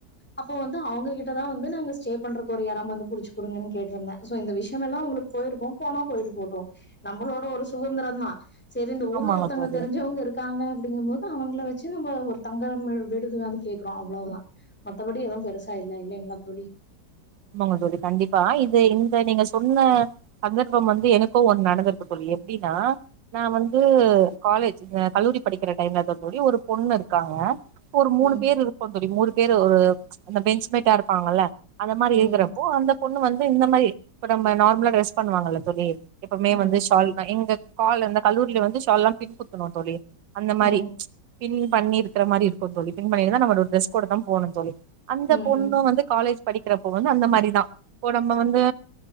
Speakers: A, in the centre; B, on the right.
A: அப்போ வந்து அவுங்ககிட்டதா வந்து நாங்க ஸ்டே பண்றதுக்கு ஒரு எடம் வந்து புடிச்சு குடுங்கன்னு கேட்டிருந்தே சோ இந்த விஷயமெல்லா உங்களுக்கு போயிருக்கும் போனா போயிட்டு போவுட்டு நம்மளோட ஒரு சுதந்திரம்தா செரி இந்த ஊர்ல
B: ஆமாங்க
A: ஒருத்தங்க
B: தோழி
A: தெரிஞ்சவுங்க இருக்காங்க அப்டிங்கும்போது அவுங்கள வச்சு நம்ப ஒரு தங்குற வீட் விடுதி மாரி கேக்குறோ அவ்ளவுதான் மத்தபடி எதுவும் பெருசா இல்ல இல்லைங்களா தோழி
B: ஆமாங்க தோழி கண்டிப்பா இது இந்த நீங்க சொன்ன சந்தர்ப்பம் வந்து எனக்கும் ஒண்ணு நடந்திருக்கு தோழி எப்டின்னா நா வந்து
A: ம்
B: காலேஜ் ஆ கல்லூரி படிக்கிற டைம்ல அது ஒரே ஒரு பொண்ணு இருக்காங்க ஒரு மூணு
A: ம்
B: பேரு இருக்கோ தோழி மூணு பேரு ஒரு அந்த பெஞ்ச்மேட்டா இருப்பாங்கல்ல மாரி இருக்குறப்போ
A: ம்
B: அந்த பொண்ணு வந்து இந்த மாரி இ நம்ம நார்மலா ட்ரெஸ் பண்ணுவாங்கல்ல தோழி எப்வுமே
A: ம்
B: வந்து ஷால் தான் எங்க காால் இந்தந்த கல்லூரியல வந்து ஷால் எல்லாம் பின்பத்துணும் தோழி அந்த
A: ம்.
B: மாரி பின் பண்ணியிருக்கிற மாரி இருக்கும் தோழி பின் பண்ணிருந்தா நம்ம இந்த ட்ரெஸ் கோட தான் போடணும் தோழி அந்த
A: ம்,
B: பொண்ணும்
A: ம்,
B: வந்து காலேஜ் இருப்ப வந்து அந்த மாரிதான் இப்போ நம்ம வந்து